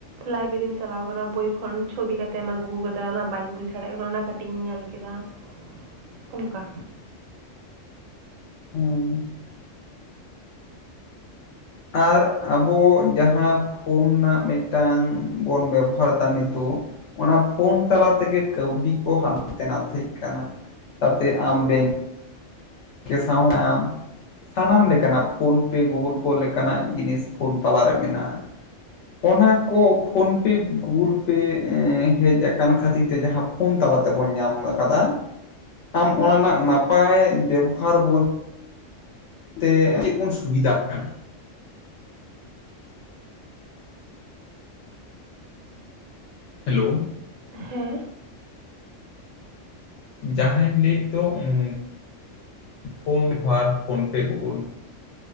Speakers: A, on the right; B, on the left.
A: ᱞᱟᱭᱵᱮᱨᱤᱢ ᱪᱟᱞᱟᱣ ᱟᱠᱟᱱᱟ ᱵᱳᱭ ᱠᱷᱚᱱ ᱪᱷᱚᱵᱤ ᱠᱟᱛᱮᱢ ᱟᱹᱜᱩ ᱟᱠᱟᱫᱟ ᱚᱱᱟ ᱵᱟᱹᱧ ᱵᱩᱡ ᱫᱟᱲᱮᱭᱟᱜ ᱠᱟᱱᱟ ᱚᱱᱟ ᱠᱟᱹᱴᱤᱡ ᱤᱧ ᱧᱮᱞ ᱠᱮᱫᱟ ᱾ ᱚᱱᱠᱟ
B: ᱦᱮᱸ ᱟᱨ ᱟᱵᱚ ᱡᱟᱦᱟᱸ ᱯᱷᱳᱱ ᱱᱟᱜ ᱢᱤᱫᱴᱟᱝ ᱵᱚᱱ ᱵᱮᱵᱚᱦᱟᱨ ᱫᱟ ᱱᱤᱛᱚᱜ ᱾ ᱚᱱᱟ ᱯᱷᱳᱱ ᱛᱟᱞᱟ ᱛᱮᱜᱮ ᱠᱟᱹᱣᱰᱤ ᱠᱚ ᱦᱟᱱᱛᱮ ᱱᱟ ᱛᱟᱦᱮᱸᱮᱡ ᱠᱟᱱᱟ ᱛᱟᱛᱮ ᱟᱢ
A: ᱦᱩᱸ
B: ᱵᱮᱝᱠ ᱠᱮ ᱥᱟᱶ <inaudible> ᱥᱟᱱᱟᱢ ᱞᱮᱠᱟᱱᱟᱜ ᱯᱷᱳᱱ ᱯᱮ ᱜᱩᱜᱳᱞ ᱯᱮ ᱞᱮᱠᱟᱱᱟᱜ ᱡᱤᱱᱤᱥ ᱯᱷᱳᱱ ᱛᱟᱞᱟᱨᱮ ᱢᱮᱱᱟᱜᱼᱟ ᱚᱱᱟ ᱠᱚ ᱯᱷᱳᱱ ᱯᱮ ᱜᱩᱜᱩᱞ ᱯᱮ ᱦᱮᱡ ᱟᱠᱟᱱ ᱠᱷᱟᱹᱛᱤᱨ ᱛᱮ ᱡᱟᱦᱟᱸ ᱯᱷᱳᱱ ᱛᱟᱞᱟ ᱛᱮᱵᱚᱱ ᱧᱟᱢ ᱟᱠᱟᱫᱟ ᱟᱢ ᱚᱱᱟ ᱨᱮᱱᱟᱜ ᱱᱟᱯᱟᱭ ᱵᱮᱵᱚᱦᱟᱨ ᱵᱳᱞ ᱛᱮ ᱪᱮᱫ ᱵᱚᱱ ᱥᱩᱵᱤᱫᱷᱟᱜ ᱠᱟᱱᱟ ᱦᱮᱞᱳ
A: ᱦᱮᱸ
B: ᱡᱟᱦᱟᱧ ᱞᱟᱹᱭ ᱮᱫ ᱫᱚ ᱩᱸᱻ ᱯᱷᱳᱱ ᱜᱷᱟᱴ ᱯᱷᱳᱱ ᱯᱮ ᱜᱩᱜᱩᱞ